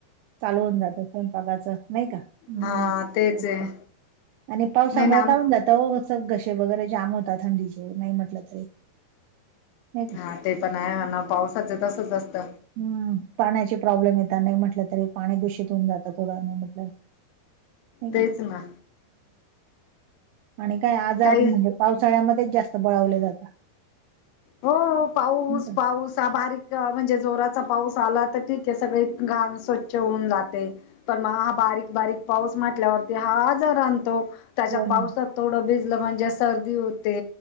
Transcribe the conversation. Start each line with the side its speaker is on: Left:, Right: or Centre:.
Right: चालू होऊन जातं स्वयंपाकाचं नाही का? हम्म
Left: हा तेच
Right: तर
Left: आहे
Right: का आणि पावसामुळे
Left: नाही ना आम
Right: काढून जात त उसक गसे वगैरे जाम होता थंडीचे नाही म्हटलं तरी. नाही का?
Left: हा ते पण आहे म्हणा पावसाचं तसच असत.
Right: हम्म पाण्याची प्रॉब्लेम येत नाही म्हटलं तरी पाणी दूषित होऊन जातं थोडं नाही म्हटलं नाही का?
Left: तेच ना
Right: आणि काय आजार
Left: काही
Right: म्हणजे पावसाळ्यामध्येच जास्त बळवले जाता.
Left: हो हो पाऊस
Right: का?
Left: पाऊस ह बारीक जेव्हा म्हणजे जोराचा पाऊस आला तर ठीक आहे सगळे घाण स्वच्छ होऊन जाते. पण मग हा बारीक बारीक पाऊस म्हटल्यावरती हा आजार आणतो. त्याच्या
Right: हो
Left: पावसात
Right: ना,
Left: थोडं भिजलं म्हणजे सर्दी होते